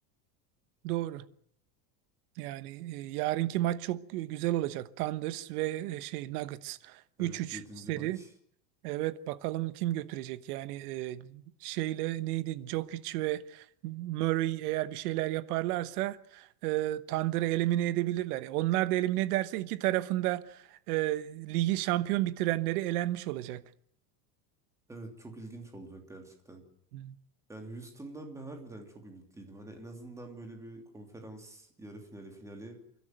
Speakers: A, on the right; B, in the centre.
A: Doğru. Yani e, yarınki maç çok e, güzel olacak. Thunders ve e, şey Nuggets
B: Evet
A: 3-3
B: yedinci
A: seri
B: maç.
A: Evet bakalım kim götürecek yani e, şeyle neydi Djokic ve Murray eğer bir şeyler yaparlarsa e, Thunder'ı elimine edebilirler. E, Onlar da elimine ederse iki tarafında e, ligi şampiyon bitirenleri elenmiş olacak.
B: Evet çok ilginç olacak gerçekten.
A: Hı.
B: Yani Houston'dan ben harbiden çok ümitliydim. Hani en azından böyle bir konferans yarı finali finali